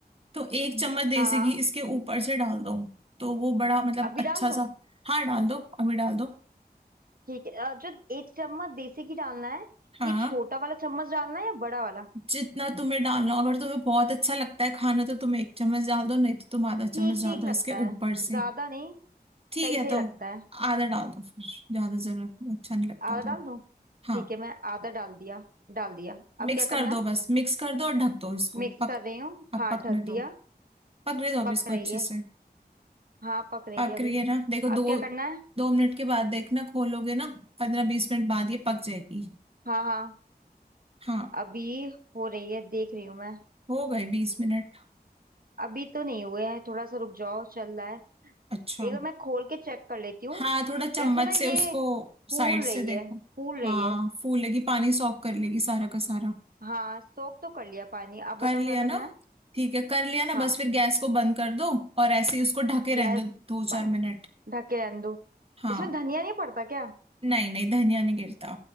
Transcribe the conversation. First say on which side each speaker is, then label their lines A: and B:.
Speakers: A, on the right; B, on the right.
A: तो एक चम्मच देसी
B: हाँ हाँ
A: घी इसके ऊपर से डाल दो तो वो बड़ा मतलब
B: अभी
A: अच्छा
B: डाल दूँ
A: सा हाँ डाल दो अभी डाल दो
B: ठीक है अ, जो एक चम्मच देसी घी डालना है
A: हाँ
B: ये छोटा वाला चम्मच डालना है या बड़ा वाला
A: जितना तुम्हें डालना हो, अगर तुम्हें बहुत अच्छा लगता है खाना तो तुम एक चम्मच डाल दो नहीं तो तुम आधा चम्मच
B: ठीक
A: डाल
B: ठीक
A: दो
B: लगता
A: इसके
B: है
A: ऊपर से
B: ज्यादा नहीं
A: ठीक
B: सही
A: है
B: सही
A: तो
B: लगता है
A: आधा डाल दो फिर ज्यादा जरूरत नहीं अच्छा नहीं लगता
B: आधा
A: तो
B: डाल दूं
A: हाँ
B: ठीक है मैं आधा डाल दिया डाल दिया अब
A: मिक्स
B: क्या
A: कर
B: करना
A: दो
B: है
A: बस मिक्स कर दो और ढक दो इसको
B: मिक्स
A: पक
B: कर रही हूँ
A: अब
B: हाँ
A: पकने
B: ढक दिया
A: दो पकने दो अब
B: पक
A: इसको
B: रही
A: अच्छे
B: है
A: से
B: हाँ पक रही
A: पक
B: है अभी
A: रही है ना देखो
B: अब
A: दो
B: क्या करना है
A: दो मिनट के बाद देखना खोलोगे ना पंद्रह बीस मिनट बाद ये पक जाएगी
B: हाँ हाँ
A: हाँ
B: अभी हो रही है देख रही हूँ मैं
A: हो गए बीस मिनट
B: अभी तो नहीं हुए हैं थोड़ा सा रुक जाओ चल रहा है
A: अच्छा
B: एक बार मैं खोल के चेक कर लेती हूँ
A: हाँ थोड़ा चम्मच
B: वैसे ना ये
A: से उसको
B: फूल
A: साइड से
B: रही
A: देखो
B: है फूल रही
A: हाँ
B: है
A: फूलेगी पानी सॉक कर लेगी सारा का सारा
B: हाँ सोख तो कर लिया पानी अब
A: कर
B: बताओ
A: लिया
B: क्या
A: ना
B: करना है
A: ठीक है कर लिया ना
B: हाँ
A: बस फिर गैस को बंद कर दो और ऐसे ही उसको ढके रहने
B: गैस
A: दो दो चार
B: ब-
A: मिनट
B: ढक के रहने दो
A: हाँ
B: इसमें धनिया नहीं पड़ता क्या
A: नहीं नहीं धनिया नहीं गिरता